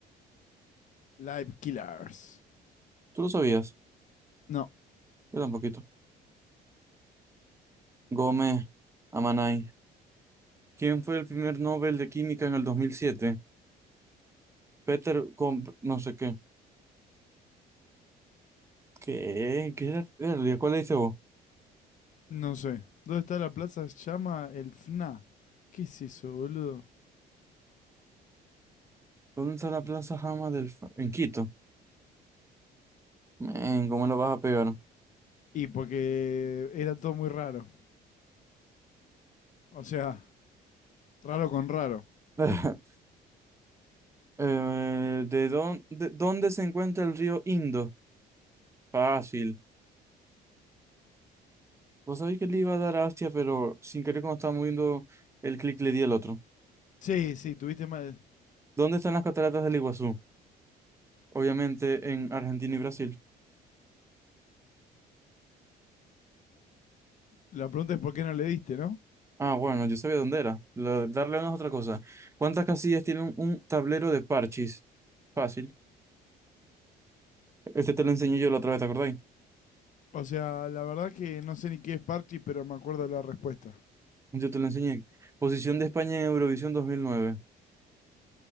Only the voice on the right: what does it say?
¿Tú lo sabías?
Yo tampoco. Gómez Amanay. ¿Quién fue el primer Nobel de Química en el 2007? Peter Comp, no sé qué. ¿Qué? ¿Qué era? Verga, ¿Cuál le dice vos?
¿Dónde está la Plaza Jama del... Fa- en Quito? Men, ¿cómo lo vas a pegar?
<laughs> Eh, ¿de dónde, dónde se encuentra el río Indo? Fácil. Vos sabéis que le iba a dar a Astia, pero sin querer cuando estaba moviendo el clic le di al otro.
¿Dónde están las cataratas del Iguazú? Obviamente en Argentina y Brasil.
Ah, bueno, yo sabía dónde era. La- darle una es otra cosa. ¿Cuántas casillas tiene un, tablero de parchís? Fácil. Este te lo enseñé yo la otra vez, ¿te acordáis?
Yo te lo enseñé. Posición de España en Eurovisión 2009.